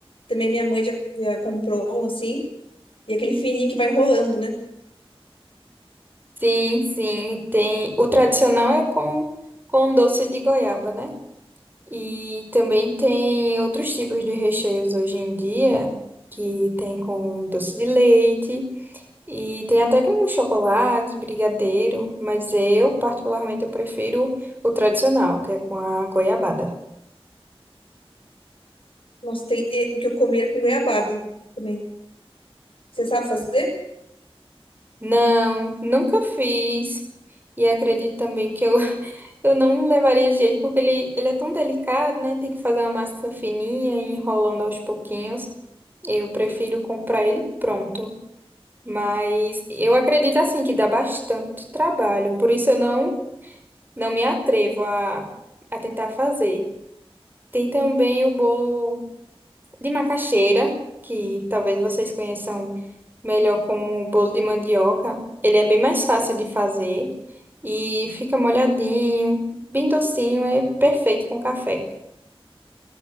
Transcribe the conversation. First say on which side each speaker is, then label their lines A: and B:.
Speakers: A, on the left; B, on the right.
A: Também minha mãe já, já comprou um assim. E aquele fininho que vai enrolando, né?
B: Sim, sim, tem. O tradicional é com, com doce de goiaba, né? E também tem outros tipos de recheios hoje em dia, que tem com doce de leite e tem até com chocolate, brigadeiro, mas eu, particularmente, eu prefiro o tradicional, que é com a goiabada.
A: Nossa, tem e o que eu comi era com goiabada também. Você sabe fazer?
B: Não, nunca fiz. E acredito também que eu, <laughs> eu não levaria jeito, porque ele, ele é tão delicado, né? Tem que fazer uma massa fininha e ir enrolando aos pouquinhos. Eu prefiro comprar ele pronto. Mas eu acredito assim que dá bastante trabalho, por isso eu não não me atrevo a, a tentar fazer. Tem também o bolo de macaxeira, que talvez vocês conheçam melhor como bolo de mandioca. Ele é bem mais fácil de fazer e fica molhadinho, bem docinho, é perfeito com café.